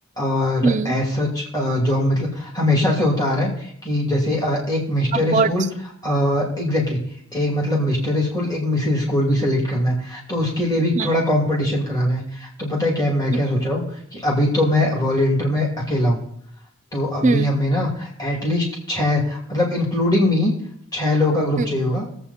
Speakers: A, on the left; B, on the right.
A: और
B: हम्म
A: एज सच जो मतलब हमेशा से होता आ रहा है कि जैसे अ, एक मिस्टर
B: अवार्ड्स
A: स्कूल एग्जैक्टली एक मतलब मिस्टर स्कूल एक मिसेस स्कूल भी सेलेक्ट करना है तो उसके लिए भी
B: हाँ,
A: थोड़ा कंपटीशन कराना है तो पता है क्या है मैं
B: हम्म
A: क्या सोच रहा हूँ कि अभी तो मैं वॉलेंटियर में अकेला हूँ तो अभी
B: हम्म
A: हमें ना एटलीस्ट छः मतलब इंक्लूडिंग मी छह लोगों का ग्रुप
B: हम्म,
A: चाहिए होगा